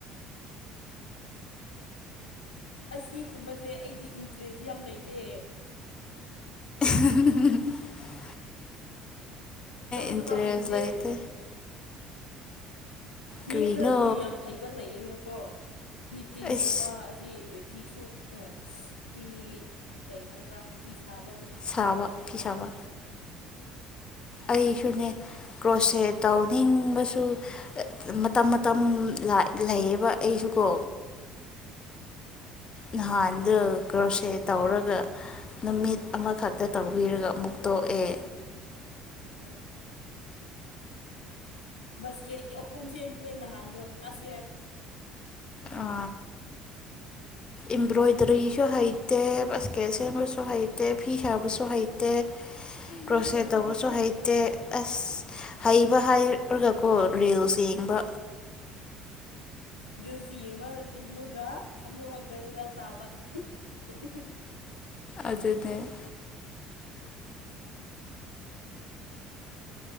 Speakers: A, on the left; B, on the left.
A: ꯑꯁꯤꯒꯨꯝꯕꯁꯦ ꯑꯩꯗꯤ ꯏꯟꯇꯔꯦꯁ ꯌꯥꯝ ꯂꯩꯔꯦ
B: ꯎ
A: ꯇꯧꯁꯨ
B: ꯏꯟꯇꯔꯦꯁ
A: ꯇꯧꯅꯤꯡꯗꯦ
B: ꯂꯩꯇꯦ
A: ꯃꯤ
B: ꯀꯔꯤꯅꯣ
A: ꯈꯔꯗꯤ ꯌꯥꯝ ꯍꯩꯕ ꯂꯩꯌꯦꯅꯀꯣ ꯅꯤꯇꯤꯡꯒꯨꯝꯕ
B: ꯑꯁ
A: ꯑꯁꯤ ꯐꯤ ꯁꯨꯕ ꯐꯤ ꯀꯩ ꯍꯥꯏꯕ꯭ꯔꯥ ꯐꯤ ꯁꯥꯕ
B: ꯁꯥꯕ ꯐ ꯁꯥꯕ ꯑꯩꯁꯨꯅꯦ ꯀ꯭ꯔꯣꯁꯁꯦ ꯇꯧꯅꯤꯡꯕꯁꯨ ꯃꯇꯝ ꯃꯇꯝ ꯂꯩꯌꯦꯕ ꯑꯩꯁꯨꯀꯣ ꯅꯍꯥꯟꯗ ꯀ꯭ꯔꯣꯁꯦ ꯇꯧꯔꯒ ꯅꯨꯃꯤꯠ ꯑꯃꯈꯛꯇ ꯇꯧꯕꯤꯔꯒ ꯑꯃꯨꯛ ꯇꯣꯛꯑꯦ
A: ꯎ ꯕꯥꯁꯀꯦꯔꯤ ꯑꯄꯨꯝ ꯁꯦꯝꯃꯦ ꯅꯍꯥꯟꯗꯣ ꯂꯥꯁ ꯏꯌꯥꯔ
B: ꯑ ꯏꯝꯕ꯭ꯔꯣꯏꯗꯔꯤꯁꯨ ꯍꯩꯇꯦ ꯏꯁꯕꯁꯀꯦꯠ ꯁꯦꯝꯕꯁꯨ ꯍꯩꯇꯦ ꯐꯤ ꯁꯥꯕꯁꯨ ꯍꯩꯇꯦ
A: ꯑꯩ
B: ꯀꯣꯁꯦ
A: ꯀꯩꯁꯨ
B: ꯇꯧꯕꯁꯨꯣ
A: ꯍꯩꯇꯦ
B: ꯍꯥꯏꯩꯗꯤ ꯑꯁ ꯍꯩꯕ ꯍꯥꯏꯔꯒꯀꯣ ꯔꯦꯜꯁ ꯌꯦꯡꯕ
A: ꯎꯝ ꯁꯤ ꯌꯦꯡꯕ ꯇꯃꯒ ꯑꯃꯃꯨ ꯍꯒꯗꯨꯒ ꯁꯥꯕ <inaudible>
B: ꯑꯗꯨꯗꯅꯦ